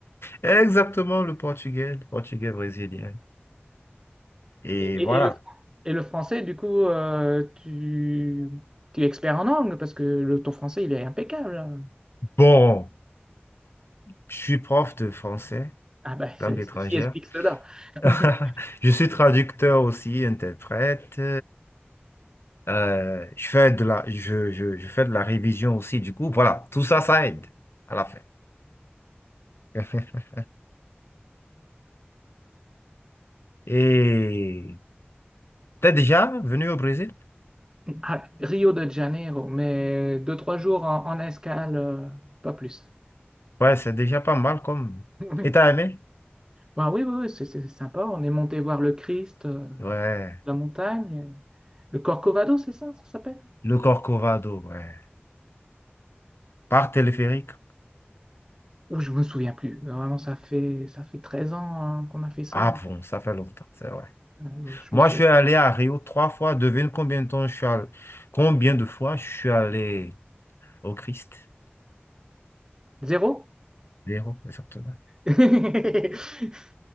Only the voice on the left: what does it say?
Exactement, le portugais, le portugais brésilien. Et
voilà.
Bon, je suis prof de français,
langue étrangère.
<laughs> Je suis traducteur aussi, interprète. Euh, je fais de la, je, je, je fais de la révision aussi. Du coup, voilà, tout ça, ça aide à la fin. <laughs> Et T'es déjà venu au Brésil?
Ouais, c'est déjà pas mal comme.
Et t'as aimé?
Ouais.
Le Corcovado, ouais. Par téléphérique?
Ah bon, ça fait longtemps, c'est vrai.
Moi,
je suis allé à Rio trois fois. Devine combien de temps je suis allé... Combien de fois je suis allé au Christ?
Zéro, exactement.